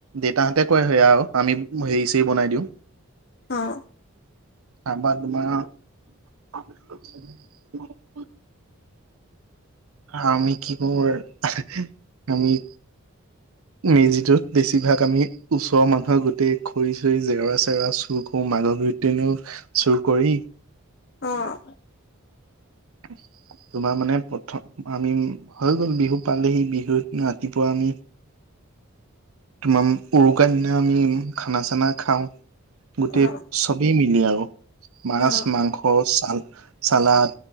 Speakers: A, on the right; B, on the left.
A: দেউতাহঁতে কৰে সেয়া আৰু আমি হেৰি চেৰি বনাই দিওঁ।
B: অ
A: তাৰপা তোমাৰ <inaudible> আমি কি কৰোঁ আমি মেজিটোত বেছিভাগ আমি ওচৰৰ মানুহৰ গোটেই খৰি চৰি জেওৰা চেওৰা চুৰ কৰো মাঘৰ বিহুত এনেও চুৰ কৰেই।
B: অ'।
A: <inaudible> তোমাৰ মানে প্ৰথম আমি হৈ গ'ল বিহু পালেহি বিহুত ৰাতিপুৱা আমি তোমাৰ উৰুকাৰ দিনা আমি খানা চানা খাও। গোটেই
B: অ
A: চবেই মিলি আৰু মাছ
B: অ
A: মাংস চাল চালাড।